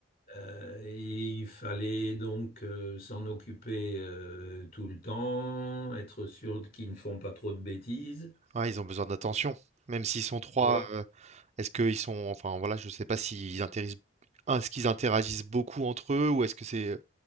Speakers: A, on the left (about 45°); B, on the right (about 35°).
A: Euh, et il fallait donc euh, s'en occuper euh, tout le temps, être sûr qu'ils ne font pas trop de bêtises.
B: ouais, ils ont besoin d'attention. Même s'ils sont trois,
A: Voilà.
B: euh, est-ce qu'ils sont, enfin voilà, je sais pas s'ils interagissent, est-ce qu'ils interagissent beaucoup entre eux ou est-ce que c'est, euh,